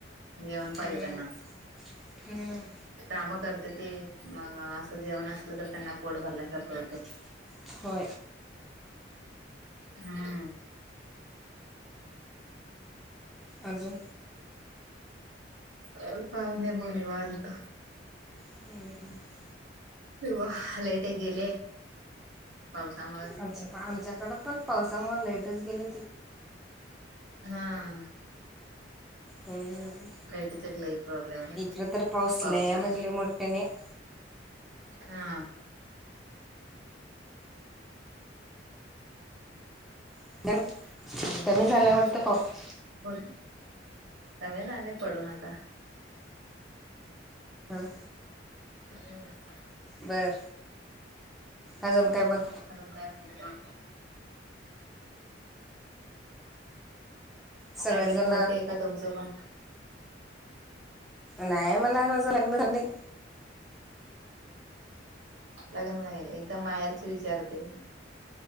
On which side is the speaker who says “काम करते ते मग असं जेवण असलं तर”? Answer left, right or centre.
Right